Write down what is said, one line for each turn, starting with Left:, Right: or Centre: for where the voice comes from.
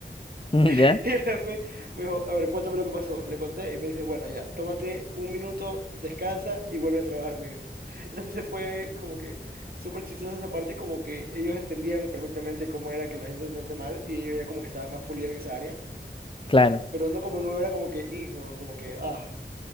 Left: <laughs> ya,
Right: <laughs> Y el jefe me dijo, a ver, cuéntame lo que pasó. Le conté y me dice, bueno, ya, tómate un minuto, descansa y vuelve a trabajar, me dijo. <laughs> Entonces fue como que súper chistosa esa parte, como que ellos entendían perfectamente cómo era que la gente te trate mal y ellos ya como que estaban más pulidos en esa área,
Left: claro,
Right: pero uno como nuevo era como que, hijo, como que, ah,